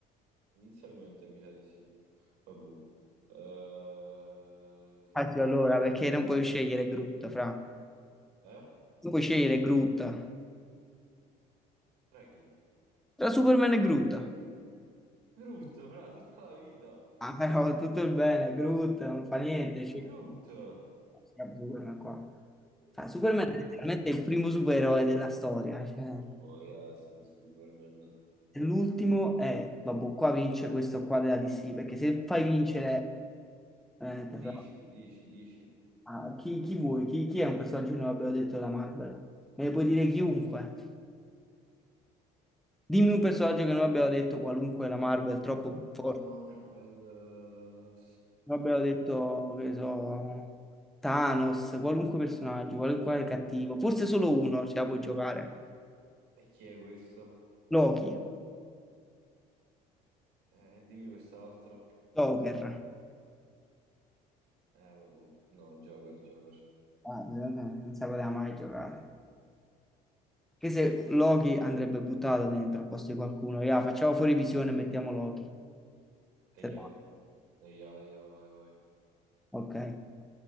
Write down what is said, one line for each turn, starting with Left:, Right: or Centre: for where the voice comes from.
Right: Inizialmente mi sa di sì. Vabbè. Eh?
Centre: Infatti allora, perché non puoi scegliere Groot, fra.
Right: eh?
Centre: Non puoi scegliere Groot.
Right: Tra chi?
Centre: Tra Superman e Groot.
Right: Brutto, fra, tutta la vita.
Centre: Ah, però tutto il bene, Groot, non fa niente.
Right: Ma
Centre: Cioè,
Right: brutto.
Centre: Superman qua. Cioè, Superman
Right: Poi,
Centre: è letteralmente
Right: ah,
Centre: il primo supereroe della storia. Cioè.
Right: boh, yeah, sì, Superman.
Centre: E L'ultimo è, vabbè, qua vince questo qua della DC, perché se fai vincere, veramente,
Right: Dici,
Centre: fra-
Right: dici, dici.
Centre: ah, chi, chi vuoi? Chi, chi è un personaggio che non abbiamo detto della Marvel? Me ne puoi dire chiunque. Dimmi un personaggio che non abbiamo detto qualunque la Marvel, troppo forte.
Right: La Marvel... eh,
Centre: Vabbè, ho detto che so, Thanos, qualunque personaggio, qualunque cattivo, forse solo uno ce la può giocare.
Right: E chi è questo?
Centre: Loki,
Right: Eh, dimmi quest'altro.
Centre: Joker.
Right: Eh, vabbè. No, Joker, Joker.
Centre: Guarda, non non si poteva mai giocare. Che se Loki andrebbe buttato dentro al posto di qualcuno, ya, facciamo fuori visione e mettiamo Loki.
Right: E
Centre: Se va.
Right: io? E io, e io, vai, vai.
Centre: Ok.